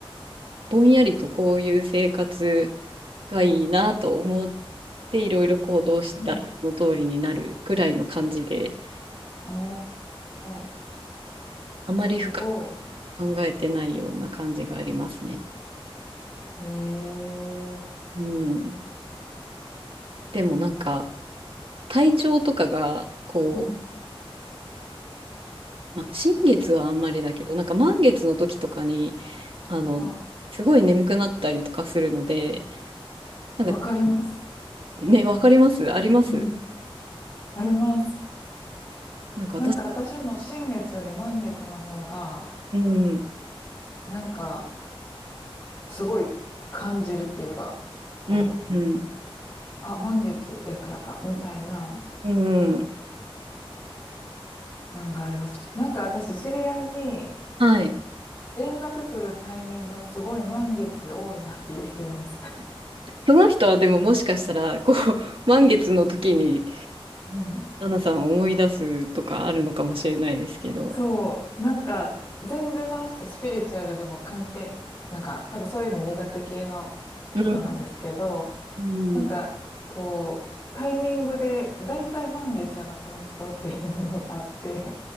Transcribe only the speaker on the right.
ぼんやりとこういう生活がいいなと思っていろいろ行動したらその通りになるぐらいの感じで
あまり深く
考えてないような感じがありますね。
うん、でもなんか体調とかがこ
う、まあ、新月はあんまりだけどなんか満月の時とかにあのすごい眠くなったりとかするので
なんか
ねわかりますあります
なんか私
うん
うんうん
うん
はい
その人はでももしかしたら、こう、<laughs> 満月の時に、
ラナさんを思い出すとかあるのかもしれないですけど。
うん。うん